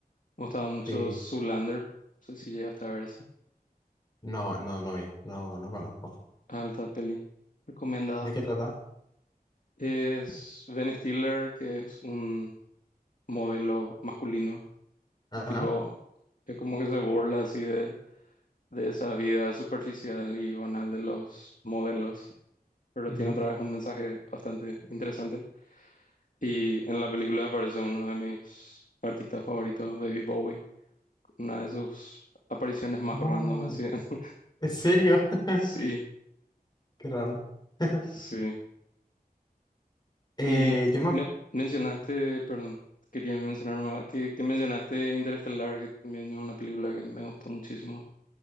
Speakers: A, on the left; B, on the left.
A: Me gustaba mucho
B: Sí.
A: Zoolander, no sé si llegaste a ver esa.
B: No, no, no vi. No, no conozco.
A: Alta peli, recomendada.
B: ¿De qué trata?
A: Es Ben Stiller, que es un modelo masculino
B: Ajá.
A: y tipo, es como que se burla así de, de esa vida superficial y banal de los modelos, pero
B: ujú.
A: tiene otra vez un mensaje bastante interesante. Y en la película aparece uno de mis artistas favoritos, David Bowie Una de sus apariciones más
B: Oh,
A: random, así. <laughs>
B: ¿en serio? <laughs>
A: Sí,
B: Qué raro. <laughs>
A: sí.
B: Eh,
A: Y
B: yo
A: me-
B: me... ac-
A: mencionaste, perdón, quería mencionar más, que, que mencionaste Interestelar, que también es una película que me gustó muchísimo.